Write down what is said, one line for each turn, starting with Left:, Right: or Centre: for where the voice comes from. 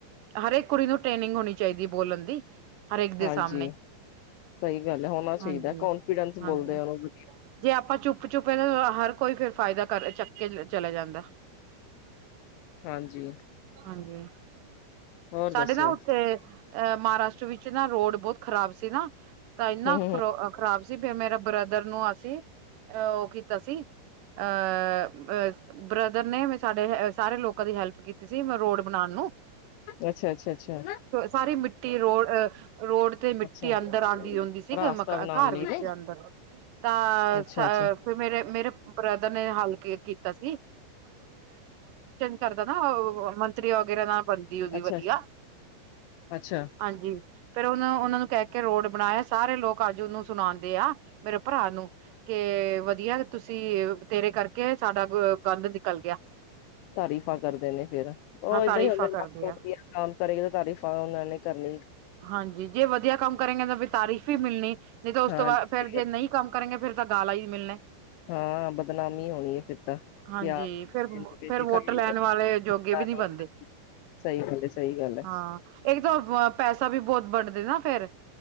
Right: ਹਰੇਕ ਕੁੜੀ ਨੂੰ ਟ੍ਰੇਨਿੰਗ ਹੋਣੀ ਚਾਹੀਦੀ ਏ ਬੋਲਣ ਦੀ, ਹਰੇਕ ਦੇ
Left: ਹਾਂਜੀ
Right: ਸਾਮਨੇ।
Left: ਸਹੀ ਗੱਲ ਹੈ ਹੋਣਾ ਚਾਹੀਦਾ
Right: ਹਾਂਜੀ-
Left: ਕਨਫੀਡੈਂਸ
Right: ਹਾਂਜੀ,
Left: ਬੋਲਦੇ ਉਹਨੂੰ
Right: ਜੇ ਆਪਾਂ ਚੁੱਪ-ਚੁੱਪ ਹੈਨਾ। ਹਰ ਕੋਈ ਫਿਰ ਫਾਇਦਾ ਕਰ ਚੱਕ ਕੇ ਚਲੇ ਜਾਂਦਾ।
Left: ਹਾਂਜੀ
Right: ਹਾਂਜੀ।
Left: ਹੋਰ
Right: ਸਾਡੇ
Left: ਦੱਸਿਓ
Right: ਨਾ ਉੱਥੇ ਅਹ ਮਹਾਰਾਸ਼ਟਰ ਵਿੱਚ ਨਾ ਰੋਡ ਬਹੁਤ ਖ਼ਰਾਬ ਸੀ ਨਾ। ਤਾਂ ਇੰਨਾ
Left: ਹਮ ਹਮ
Right: ਖਰੋ ਖ਼ਰਾਬ ਸੀ ਫਿਰ ਮੇਰਾ ਬ੍ਰਦਰ ਨੂੰ ਅਸੀਂ ਉਹ ਕੀਤਾ ਸੀ ਅ ਬ੍ਰਦਰ ਨੇ ਮ ਸਾਡੇ ਸਾਰੇ ਲੋਕਾਂ ਦੀ ਹੈਲਪ ਕੀ ਸੀਂ, ਮਰੋਡ ਬਣਾਣ ਨੂੰ
Left: ਅੱਛਾ ਅੱਛਾ ਅੱਛਾ, ਹਨ
Right: ਸਾਰੇ ਮਿੱਟੀ ਰੋਡ ਰੋਡ ਤੇ, ਮਿੱਟੀ
Left: ਅੱਛਾ
Right: ਅੰਦਰ ਆਂਦੀ ਹੁੰਦੀ ਸੀ,
Left: ਰਾਸਤਾ
Right: ਘਰ
Left: ਬਣਾਉਣ ਲਈ
Right: ਵਿੱਚ
Left: ਨੇ
Right: ਤਾਂ,
Left: ਅੱਛਾ
Right: ਫਿਰ
Left: ਅੱਛਾ
Right: ਮੇਰੇ ਬ੍ਰਦਰ ਨੇ, ਹਲਕੀਰ ਕੀਤਾ ਸੀ। ਕਰਦਾ ਨਾ ਮੰਤਰੀ ਵਗੈਰਾ ਨਾਲ ਬਣਦੀ ਉਹਦੀ
Left: ਅੱਛਾ
Right: ਵਧੀਆ।
Left: ਅੱਛਾ।
Right: ਹਾਂਜੀ ਫੇਰ ਉਹ ਉਹਨਾਂ ਨੂੰ ਕਹਿ ਕੇ, ਰੋਡ ਬਣਾਇਆ ਸਾਰੇ ਲੋਕ ਅੱਜ ਨੂੰ ਸੁਣਾਂਦੇ ਆ ਮੇਰੇ ਭਰਾ ਨੂੰ ਕਿ ਵਧੀਆ। ਤੁਸੀਂ ਤੇਰੇ ਕਰਕੇ, ਸਾਡਾ ਗ--ਗੰਨ ਨਿਕਲ ਗਿਆ।
Left: ਤਾਰੀਫਾ ਕਰਦੇ ਨੇ ਫੇਰ, ਉਹ
Right: ਹਾਂ
Left: ਇਦਾਂ
Right: ਤਾਰੀਫ਼ਾਂ
Left: ਹੀ ਹੁੰਦੇ
Right: ਕਰਦੇ ਆ
Left: ਆਮ ਸਾਰੇ
Right: ਹਾਂਜੀ। ਜੇ ਵਧੀਆ ਕੰਮ ਕਰੇਗੇ ਤਾਰੀਫ ਵੀ ਮਿਲਣੀ ਨਹੀਂ ਤਾਂ, ਉਸ
Left: ਹਾਂਜੀ
Right: ਤੋਂ ਬਾਅਦ
Left: ਸਹੀ
Right: ਫਿਰ,
Left: ਗੱਲ
Right: ਜੇ ਨਹੀਂ ਕੰਮ ਕਰੇਗੇ ਫਿਰ ਗਾਲਾਈ ਮਿਲਣੇ
Left: ਹਾਂ ਬਦਨਾਮੀ ਹੋਣੀ ਹੈ ਫਿਰ ਤਾਂ
Right: ਹਾਂਜੀ,
Left: ਕਿਆ ਕਹਿੰਦੇ
Right: ਫਿਰ-ਫਿਰ
Left: ਪਏ ਸੀ
Right: ਵੋਟਰ
Left: ਖਾਈ
Right: ਲੈਣ
Left: ਨੇ
Right: ਵਾਲੇ ਜੋਗੇ
Left: ਖਾਣੀ
Right: ਵੀ ਨਹੀਂ ਬਨਦੇ
Left: ਸਹੀ ਗੱਲ ਹੈ ਸਹੀ ਗੱਲ ਹੈ
Right: ਹਾਂ। ਇਕ ਦੋ ਪੈਸਾ ਵੀ ਬਹੁਤ ਬਡਦੇ ਨਾ ਫਿਰ